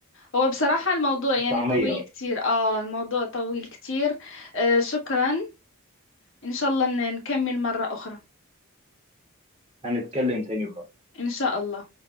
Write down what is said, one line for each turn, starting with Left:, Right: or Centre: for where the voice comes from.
Left: هو بصراحة الموضوع يعني
Right: طعمية
Left: طويل كتير آه الموضوع طويل كتير آه شكرا إن شاء الله ن- نكمل مرة أخرى
Right: هنتكلم تاني قريب
Left: إن شاء الله